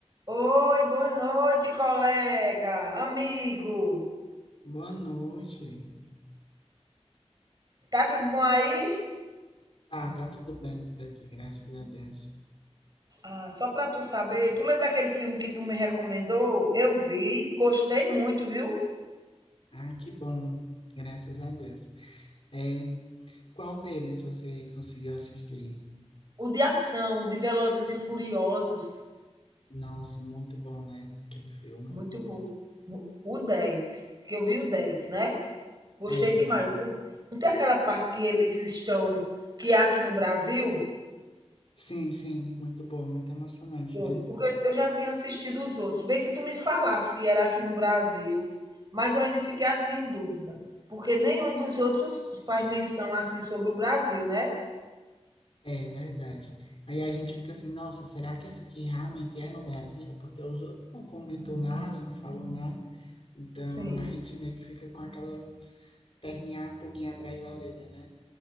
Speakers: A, on the right; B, on the left.
A: Oi, boa noite, colega, amigo.
B: Boa noite.
A: Tá tudo bom aí?
B: Tá, tá tudo bem por aqui, graças a Deus.
A: Ah, só para tu saber, tu lembra aquele filme que tu me recomendou? Eu vi, gostei muito, viu?
B: Ah, que bom, graças a Deus. É, qual deles você conseguiu assistir?
A: O de ação, de Velozes e Furiosos,
B: Nossa, muito bom, né? Aquele filme.
A: muito bom. Mu- O 10, que eu vi o 10, né? Gostei
B: É,
A: demais. Não não tem aquela parte que eles estão, que é aqui no Brasil?
B: sim, sim, muito bom, muito emocionante,
A: Pronto,
B: né?
A: porque eu já tinha assistido os outros. Bem que tu me falasse que era aqui no Brasil, mas eu ainda fiquei assim em dúvida, porque nenhum dos outros faz menção assim sobre o Brasil, né?
B: É verdade. Aí a gente fica assim, nossa, será que esse aqui realmente é no Brasil? Porque os outros não comentou nada, não falou nada. Então
A: Sim,
B: a gente meio que fica com aquela perninha, pulguinha atrás da orelha, né?